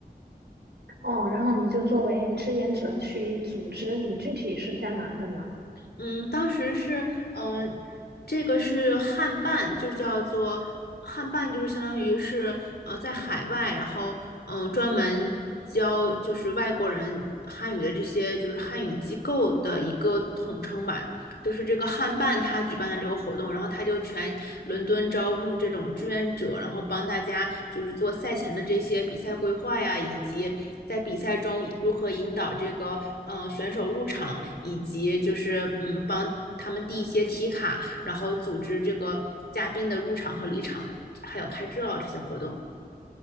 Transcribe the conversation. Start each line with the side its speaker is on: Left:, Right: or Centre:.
Right: 哦，然后你就作为志愿者去组织，你具体是干嘛的呢？
Left: 嗯，当时是，呃，这个是汉办，就叫做汉办，就是相当于是，呃，在海外，然后，嗯、专门教就是外国人汉语的这些就是汉语机构的一个统称吧。就是这个汉办他举办的这个活动，然后他就全伦敦招募这种志愿者，然后帮大家就是做赛前的这些比赛规划呀，以及在比赛中如何引导这个嗯、呃选手入场，以及就是嗯帮他们递一些题卡，然后组织这个嘉宾的入场和离场，还有拍照这些活动。